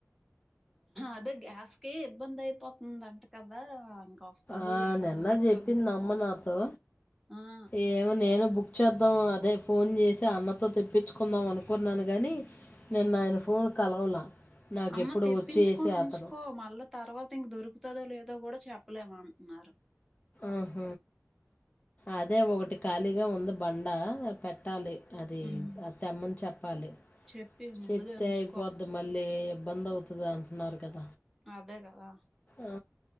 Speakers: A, in the centre; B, on the left.
A: అదే గ్యాస్కే ఇబ్బంది అయి పోతుంది అంట కదా వస్తదో
B: ఆ
A: లేదో
B: నిన్న
A: అన్నట్టుంది
B: చెప్పింది అమ్మ నాతో
A: ఆ
B: ఏమో నేను బుక్ చేద్దాం అదే ఫోన్ చేసి అన్నతో తెప్పించుకుందాం అనుకున్నాను కానీ నిన్న ఆయన ఫోన్ కలవలా నాకెప్పుడు
A: అమ్మ తెప్పించుకోని
B: వచ్చేసే
A: ఉంచుకో
B: అతను
A: మళ్ళా తర్వాత ఇంక దొరుకు కుతుదో లేదో కూడా చెప్పలేమంటన్నారు
B: ఆహ అదే ఒకటి ఖాళీగా ఉంది బండ పెట్టాలి అది
A: హ్మ్.
B: అ తెమ్మని చెప్పాలి
A: చెప్పి ముందుగా
B: చెప్తే
A: ఉంచుకో.
B: అయిపోద్ది మళ్ళీ బంద్ అవుతుది అంటున్నారు కదా
A: అదే కదా
B: ఆ,